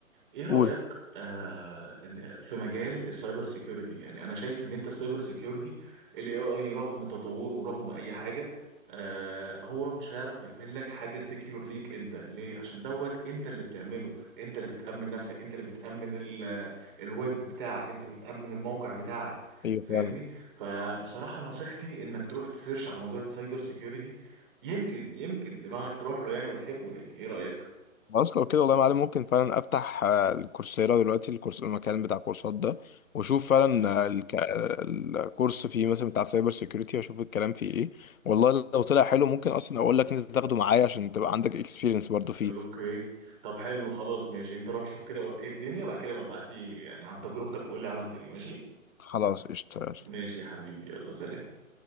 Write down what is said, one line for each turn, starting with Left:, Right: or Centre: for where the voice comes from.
Right: ايه رأيك
Left: قول
Right: آه إن- في مجال السايبر سيكيورتي يعني انا شايف ان انت السايبر سيكيورتي الاي اي رغم تطوره ورغم اي حاجة آه هو مش هيعرف يعمل لك حاجة سيكيور ليك انت ليه عشان دوت انت اللي بتعمله انت اللي بتأمن نفسك انت اللي بتأمن ال- الويب بتاعك انت بتأمن الموقع بتاعك
Left: ايوه
Right: فاهمني
Left: فعلا
Right: فبصراحة نصيحتي انك تروح تسيرش على موضوع السايبر سيكيورتي يمكن يمكن دماغك تروح له يعني وتحبه يعني ايه رأيك؟
Left: خلاص لو كده والله يا معلم ممكن فعلا افتح آه، الكورسيرا دلوقتي الكورس المكان بتاع الكورسات ده واشوف فعلا
Right: أها.
Left: آه، الك- آه، الكورس فيه مثلا بتاع سايبر سيكيورتي واشوف الكلام فيه ايه والله لو طلع حلو ممكن اصلا اقول لك نزل تاخده معايا عشان تبقى عندك اكسبيرينس برضه فيه
Right: اوكي طب حلو خلاص ماشي انت روح شوف كده ايه الدنيا وبعد كده ببعت لي يعني عن تجربتك قول لي عملت ايه ماشي
Left: خلاص اشتغل
Right: ماشي يا حبيبي يلا سلام